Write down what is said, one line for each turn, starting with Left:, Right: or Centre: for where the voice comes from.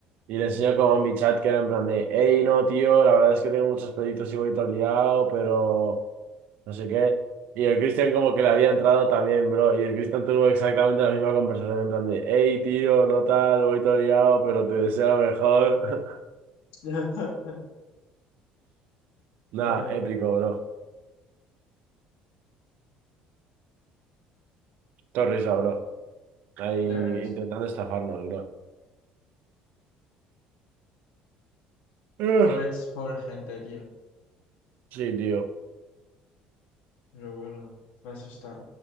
Right: Y le enseño como en mi chat que era en plan de, hey, no, tío, la verdad es que tengo muchos proyectos y voy todo liado, pero... no sé qué. Y el Cristian como
Left: Joder.
Right: que le había entrado también, bro. Y el Cristian tuvo exactamente la misma conversación en plan de, hey, tío, no tal, voy todo liado, pero te deseo lo mejor. <laughs>
Left: <laughs>
Right: Nada,
Left: Joder,
Right: épico, bro. Todo risa, bro. Ahí
Left: Ya ves.
Right: intentando estafarnos, bro. Ugh.
Left: Pobres, pobre gente, tío.
Right: Sí, tío.
Left: Pero bueno, para eso está.